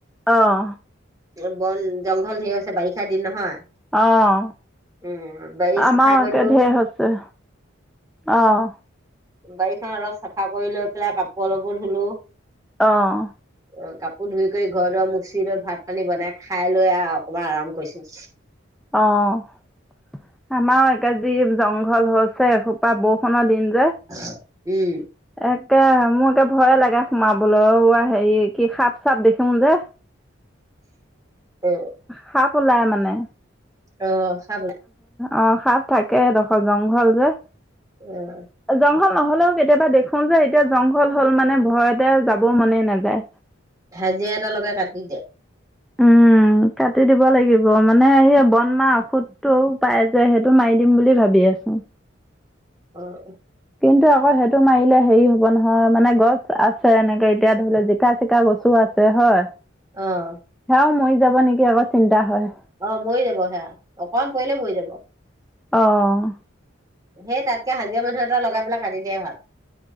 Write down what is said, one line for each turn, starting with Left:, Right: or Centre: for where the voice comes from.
Centre: অ'হ।
Right: বন জংঘল, জংঘল ধেৰ‌ হৈছে। বাৰিষা দিন নহয়
Centre: অ'হ!
Right: উম বাৰী
Centre: আমাৰোঁ
Right: চাফা কৰিলো
Centre: একে ধেৰ হৈছে। অ'হ।
Right: বাৰীখন অলপ চাফা কৰি লৈ পেলাই কাপোৰ অলপো ধুলোঁ।
Centre: অ'হ।
Right: অ 'কাপোৰ ধুই কৰি ঘৰ দোৱা মুচি লৈ, ভাত পানী বনাই খাই লৈ আৰু, অকমান আৰাম কৰিছোঁ।
Centre: অ' আমাৰোঁ একে যি জংঘল হৈছে, এসোপা বৰষুণৰ দিন।
Right: হয়। উম।
Centre: তাকে মোৰ এতিয়া ভয়ে লাগে সোমাবলৈও হেৰি কি সাপ চাপ দেখিম যে
Right: অ
Centre: সাপ ওলাই মানে।
Right: অ খাব
Centre: অ' সাপ থাকে। সেই ডোখৰ জংঘল যে।
Right: অ'হ।
Centre: জংঘল নহ'লেও কেতিয়াবা দেখো‍ঁ যে, এতিয়া জংঘল হ'ল মানে, ভয়তে যাব মনে নাযায়।
Right: হাজিৰা এটা লগাই কাটি দে।
Centre: উম কাটি দিব লাগিব, মানে সেই, বনমৰা ঔষধটো পাই যে, সেইটো মাৰি দিম বুলি ভাবি আছোঁ।
Right: অ'! উম!
Centre: কিন্তু আকৌ সেইটো মাৰিলে হেৰি হ'ব নহয়, মানে, গছ আছে এনেকে, এতিয়া ধৰি লওক, জিকা চিকা গছোঁ আছে হয়।
Right: অ'হ!
Centre: আৰু মৰি যাব নেকি আকৌ চিন্তা হয়।
Right: অ মৰি যাব সেয়া অকমান পৰিলে মৰি যাব।
Centre: অ'।
Right: সেই তাতকে হাজিৰা মানুহ এটা লগাই পেলাই কাটি দিযায় ভাল।